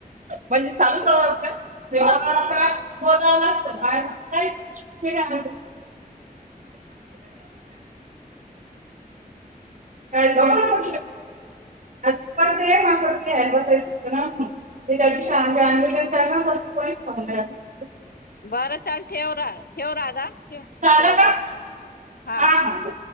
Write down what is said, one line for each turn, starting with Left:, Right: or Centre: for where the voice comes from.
Right: म्हणजे चालू कराव लागत बोलावच लागत काही पण. आज उपवास आहे मला लिहायला बसायचं होतं ना म्हणून ते त्यादिवशी आंबे आनले होते न कोणीच खाऊन नाही राहीले.
Left: बरं चाल ठेव राधा ठेव,
Right: झालं
Left: ठेव
Right: का
Left: ग हाव.
Right: हा हा